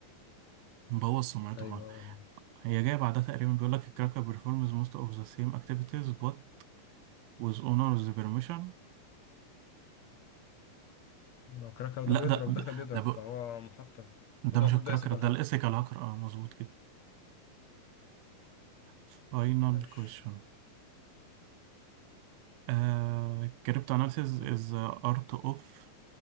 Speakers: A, on the right (about 85°); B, on the left (about 65°).
A: مبوظ سمعته
B: ايوه
A: خالص
B: ايوه
A: هي جايه بعدها تقريبا بيقول لك الكراكر بيرفورمز موست اوف ذا سيم اكتيفيتيز بوت ويز اونرز بيرميشن
B: لو كراكر
A: لا
B: ده بيضرب
A: ده ده
B: داخل يضرب
A: ده, ب...
B: فهو محطم
A: ده
B: فده
A: مش
B: المفروض
A: الكراكر
B: ده ايثيكال
A: ده
B: هاكر
A: الايثيكال هاكر اه مظبوط كده فاينل
B: ماشي
A: كويشن Uh, cryptanalysis
B: مم.
A: is the art of